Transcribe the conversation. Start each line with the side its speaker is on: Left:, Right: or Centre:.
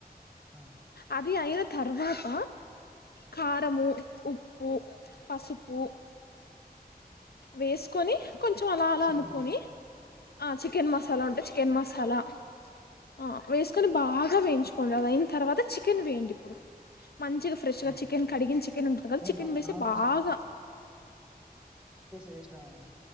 Centre: ఆ
Left: అది ఐన తర్వాత కారము ఉ పూ పసుపు వేసుకొని కొంచెం అలా అలా
Centre: చికెన్
Left: అనుకోని
Centre: మసాలా
Left: ఆ చికెన్ మసాలా ఉంటే చికెన్ మసాలా అ వేసుకొని బాగా వేయించుకోండి అదైనా తర్వాత చికెన్ వేయండి ఇప్పుడు మంచిగా ఫ్రెష్ గా
Centre: ఆ
Left: చికెన్ కడిగిన చికెన్ ఉంటుంది కదా
Centre: అంటే
Left: చికెన్
Centre: నా
Left: వేసి
Centre: నార్మల్
Left: బాగా
Centre: వేసినావా